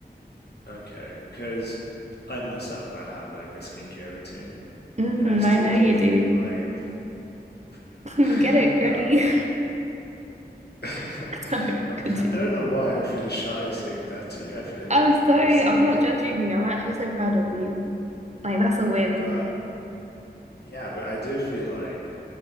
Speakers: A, on the left; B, on the right.
A: okay, because I myself I have like a skincare routine.
B: hmm
A: and I still
B: I know
A: do
B: you
A: feel
B: do.
A: like <laughs>
B: <laughs> Get it, girly.
A: um, <laughs>
B: <laughs> Sorry,
A: I'm
B: continue.
A: ki- I don't know why I feel shy saying that to you. I feel a
B: I'm
A: bit embarrassed
B: sorry.
A: saying
B: I'm not
A: that,
B: judging you. I'm actually so proud of you. Like, that's a win.
A: but yeah, but I do feel like